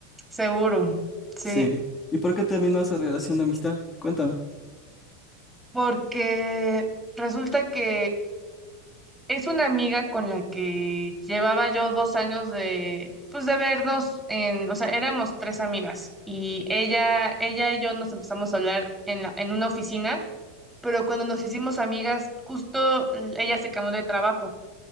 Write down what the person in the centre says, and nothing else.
seguro, sí,
porque resulta que Es una amiga con la que llevaba yo dos años de, pues de vernos en, o sea, éramos tres amigas y ella, ella y yo nos empezamos a hablar en la- en una oficina, pero cuando nos hicimos amigas, justo ella se cambió de trabajo